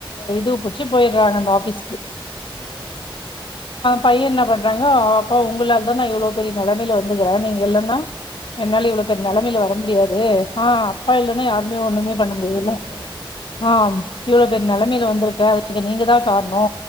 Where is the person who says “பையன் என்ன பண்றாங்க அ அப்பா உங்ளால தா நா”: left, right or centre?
Left